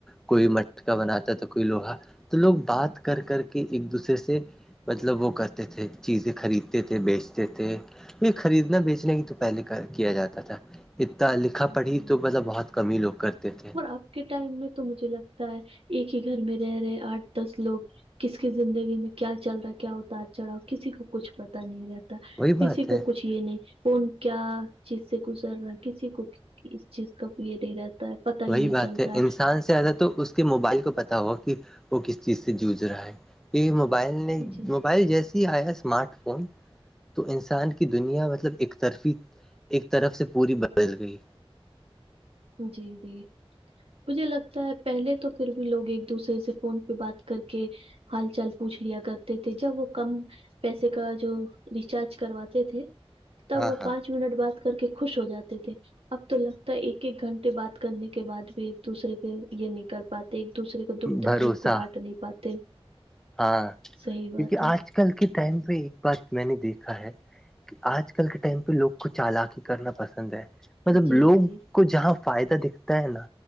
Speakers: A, in the centre; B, on the right (about 70°).
A: کوئی مٹکا بناتا ہے تو کوئی لوہا تو لوگ بات کر کر کے ایک دوسرے سے مطلب وہ کرتے تھے چیزیں خریدتے تھے بیچتے تھے یہ خریدنا بیچنے کی تو پہلے کا کیا جاتا تھا اتنا لکھا
B: بھی
A: پڑھی تو مطلب بہت کم ہی لوگ کرتے تھے
B: اور اب کے ٹائم میں تو مجھے لگتا ہے ایک ہی گھر میں رہ رہے آٹھ دس لوگ کس کی زندگی میں کیا چل رہا ہے کیا اتار چڑھاؤ کسی کو کچھ پتا نہیں رہتا
A: وہی
B: کسی
A: بات
B: کو
A: ہے
B: کچھ یہ نہیں کون کیا چیز سے گزر رہا ہے کسی کو اس چیز کا یہ دے رہتا ہے پتا ہی
A: وہی
B: نہیں
A: بات
B: چلتا
A: ہے انسان سے زیادہ تو اس کے موبائل کو پتا ہوگا کہ وہ کس چیز سے جوجھ رہا ہے کہ موبائل نے
B: ہے جی
A: موبائل جیسے ہی آیا اسمارٹ فون تو انسان کی دنیا مطلب ایک طرفی ایک طرف سے پوری بدل گئی
B: جی جی مجھے لگتا ہے پہلے تو پھر بھی لوگ ایک دوسرے سے فون پہ بات کر کے ہال چال پوچھ لیا کرتے تھے جب وہ کم پیسے کا جو ریچارج کرواتے تھے تب
A: ہاں
B: وہ
A: ہاں
B: پانچ منٹ بات کر کے خوش ہو جاتے تھے اب تو لگتا ہے ایک ایک گھنٹے بات کرنے کے بعد بھی ایک دوسرے کے یہ نہیں کر پات ایک دوسرے کو دکھ
A: بھروسہ
B: تکلیف کو بانٹ نہیں پاتے
A: ہاں
B: صحیح بات
A: کیونکہ
B: ہے
A: آج کل کے ٹائم پہ ایک بات میں نے دیکھا ہے آج کل کے ٹائم پہ لوگ کو چالاکی کرنا پسند ہے مطلب
B: جی
A: لوگ
B: جی
A: کو جہاں فائدہ دکھتا ہے نا